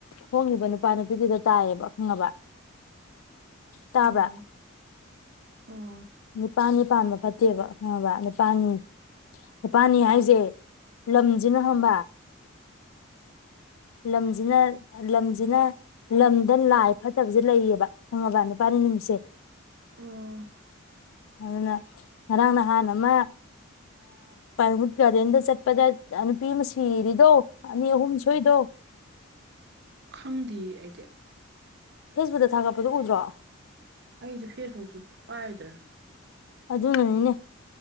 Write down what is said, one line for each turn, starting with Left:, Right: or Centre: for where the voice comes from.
Left: ꯍꯣꯡꯉꯤꯕ ꯅꯨꯄꯥ ꯅꯨꯄꯤꯗꯨꯗ ꯇꯥꯏꯌꯦꯕ ꯈꯪꯉꯕ ꯇꯥꯕ꯭ꯔ
Right: ꯑꯣ ꯑꯣ
Left: ꯅꯤꯄꯥꯅꯤ ꯄꯥꯟꯕ ꯐꯠꯇꯦꯕ ꯈꯪꯉꯕ ꯅꯨꯅꯤꯄꯥꯅꯤ ꯅꯤꯄꯥꯅꯤ ꯍꯥꯏꯁꯦ ꯂꯝꯁꯤꯅ ꯍꯪꯕ ꯂꯝꯁꯤꯅ ꯂꯝꯁꯤꯅ ꯂꯝꯗ ꯂꯥꯏ ꯐꯠꯇꯕꯁꯦ ꯂꯩꯌꯦꯕ ꯈꯪꯉꯕ ꯅꯨꯄꯥꯅꯤ ꯅꯨꯃꯤꯠꯁꯦ
Right: ꯑꯣ
Left: ꯑꯗꯨꯅ ꯉꯔꯥꯡ ꯅꯍꯥꯟ ꯑꯃ ꯄꯨꯠ ꯒꯥꯔꯗꯦꯟꯗ ꯆꯠꯄꯗ ꯅꯨꯄꯤ ꯑꯃ ꯁꯤꯔꯤꯗꯣ ꯑꯅꯤ ꯑꯍꯨꯝ ꯁꯣꯏꯗꯣ
Right: ꯈꯪꯗꯦ ꯑꯩꯗꯤ
Left: ꯐꯦꯁꯕꯨꯛꯇ ꯊꯥꯒꯠꯄꯗꯨꯣ ꯎꯗ꯭ꯔꯣ
Right: ꯑꯩꯁꯨ ꯐꯦꯁꯕꯨꯛꯁꯨ ꯄꯥꯏꯗ꯭ꯔꯦ
Left: ꯑꯗꯨꯅꯅꯤꯅꯦ